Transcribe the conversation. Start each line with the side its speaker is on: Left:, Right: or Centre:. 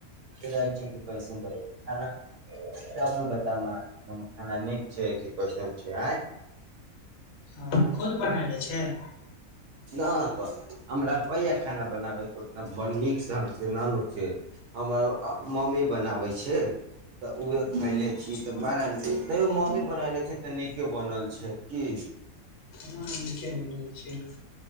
Right: रहै छै कि कैसन रहै छै खाना तब नु बतायम अहांके हमर खाना नीक छै कि कैसन छै आय
Left: हँ खुद बनैले छियै
Right: नहि तऽ हमरा कहिया खाना बनाबै उतना नीक से हम से न नु छे हमर मम्मी बनाबे छै तऽ उहे खैले छी
Left: अच्छा
Right: त
Left: मम्मी
Right: बड़ा नी तैयो मम्मी बनैले छै तऽ नीके बनल छै की
Left: हँ नीके बनल छै